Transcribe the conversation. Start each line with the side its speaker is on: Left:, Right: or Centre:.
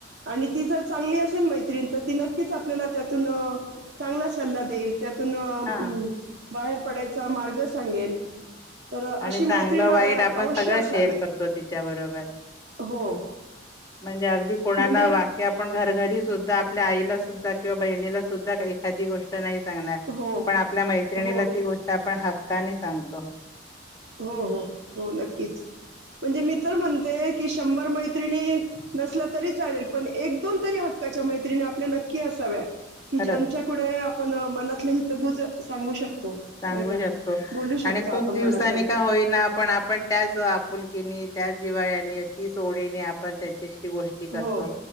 Right: आणि ती जर चांगली असेल मैत्रीण तर ती नक्कीच आपल्याला त्यातून अ चांगला सल्ला देईल. त्यातूनं अ
Left: हां
Right: बाहेर पडायचा मार्ग सांगेल. तर अ,
Left: आणि
Right: अशी
Left: चांगलं
Right: मैत्रीण अ,
Left: वाईट आपण
Right: अवश्य
Left: सगळं
Right: असावी.
Left: शेअर करतो तिच्याबरोबर
Right: हो,
Left: म्हणजे अगदी कोणाला
Right: म्हणजे
Left: वाक्य आपण घर घरी सुध्दा आपल्या आईलासुद्धा किंवा बहिणीला सुध्दा एखादी गोष्ट नाही सांगणार
Right: हो,
Left: पण आपल्या मैत्रिणीला
Right: हो.
Left: ती गोष्ट आपण हक्काने सांगतो.
Right: हो हो हो नक्कीच. म्हणजे मी तर म्हणते की शंभर मैत्रिणी नसल्या तरी चालेल पण एक दोन तरी हक्का च्या मैत्रीणी आपल्या नक्की असाव्या. की
Left: खरंच
Right: ज्यांच्याकडे आपण मनातले हितगूज सांगू शक तो
Left: सांगू
Right: नाही का
Left: शकतो
Right: बोलू शकतो
Left: आणि खूप
Right: आपण
Left: दिवसांनी
Right: मनात
Left: होईना पण आपण त्याच आपुलकीने त्याच जिवाळ्यानी तीच ओढीने आपण त्या शी गोष्टी करतो,
Right: हो,